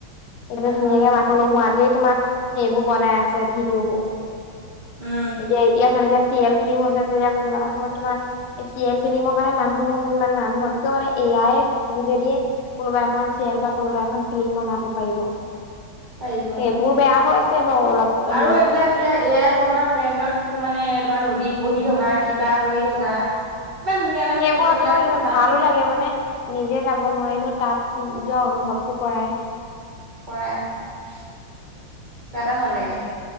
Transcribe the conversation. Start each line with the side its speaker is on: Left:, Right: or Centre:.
Left: সেই ধুনীয়াকে
Right: হয়
Left: মানুহ নোহোৱাকেই তোমাৰ সেইবোৰ বনাই আছে ভিডিঅ' বোৰ
Right: উম
Left: এতিয়া এতিয়া তেনেকে চিয়েল ফিল্ম হৈছে যেয়া কোনোবা এটা সময়ত তোমাৰ এছিয়ান ফিল্মৰ কাৰণে মানুহ মানে মানুহতকেও মানে এয়াই যোগেদিয়ে কোনোবা এখন চিৰিয়েল বা কোনোবা এখন ফিল্ম বনাব পাৰিব
Right: পাৰিব অ
Left: এইবোৰ বেয়া হৈছে বাৰু অলপ হ'লেও
Right: আৰু এইবিলাক এতিয়া এ আই বনোৱা ট্ৰেণ্ডত স্কুৰ মানে তোমাৰ নদীত বহি থকা কিবা কৰি থকা ইমান ধুনীয়া লাগে
Left: সেইবোৰ
Right: ফটো
Left: আকৌ
Right: বিলাক চাবাচোন
Left: ভালো লাগে মানে নিজে যাব নোৱাৰিলেও তাত যোৱা অনুভৱটো কৰাই
Right: কৰাই কিবা এটা ভাল লাগে